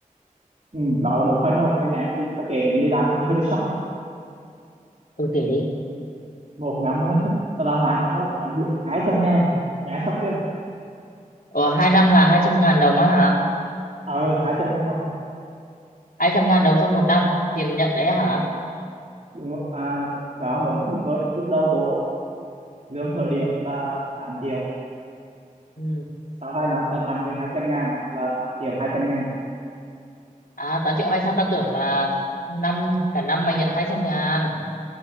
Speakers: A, on the right; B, on the left.
A: ừ, đó là một phần thôi tao nhảy mi tao kể mi ra mi hơi bị sốc luôn
B: Ừ kể đi.
A: một năm á, <laughs> tao làm hai năm á tao ăn được hai trăm ngàn nhảy sốc chưa
B: Ờ hai năm là hai trăm ngàn đồng á hả?
A: ờ hai trăm ngàn không
B: Hai trăm ngàn đồng trong một năm tiền nhận đấy á hả?
A: đúng rồi. à, đó mới vừa- lúc đầu vô á, lương khởi điểm là tám triệu
B: Ừ.
A: sau 2 năm tao tăng lên hai trăm ngàn là tám triệu hai trăm ngàn
B: À 8 triệu 200 tao tưởng là năm cả năm mày nhận 200 ngàn